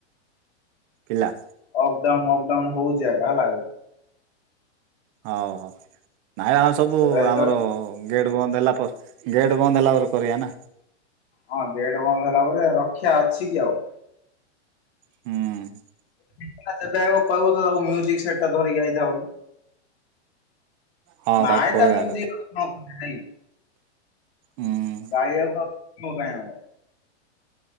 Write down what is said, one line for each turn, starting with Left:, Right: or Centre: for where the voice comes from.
Right: ପିଲା।
Left: ଅପ୍ଡାଉନ ଅପ୍ଡାଉନ ହଉଚି ଆକା ହେଲା।
Right: ହଉ ହଉ ନାଇ ଆଉ ସବୁ
Left: ସେଇଟା ହିସାବରେ
Right: ଆମର ଗେଟ୍ ବନ୍ଦ୍ ହେଲା ପର୍ ଗେଟ୍ ବନ୍ଦ୍ ହେଲା ପରେ କରିଆ ନା।
Left: ହଁ ଗେଟ ବନ୍ଦ ହେଲା ପରେ ରକ୍ଷା ଅଛି କି ଆଉ?
Right: ହୁଁ।
Left: କୁନା ଯେବେ ଆଇବ କଇବୁ ତ ତାକୁ ମ୍ୟୁଜିକ୍ ସେଟ୍ ଟା ଧରିକି ଆଇଥା <unintelligible>
Right: ହଁ
Left: ନାଇ
Right: ତାକୁ କହିବା
Left: ତା ମ୍ୟୁଜିକ୍
Right: ଆଗ
Left: <unintelligible>
Right: ହୁଁ
Left: ଗାଇଆ କ <unintelligible> କାଇଁ ହବ।